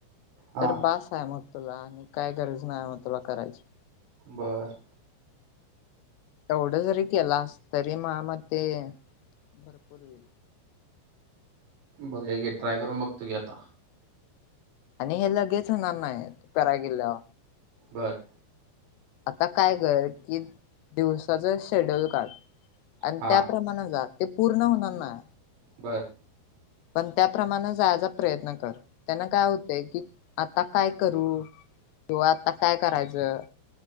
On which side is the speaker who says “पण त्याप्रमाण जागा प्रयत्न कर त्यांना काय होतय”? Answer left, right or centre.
Left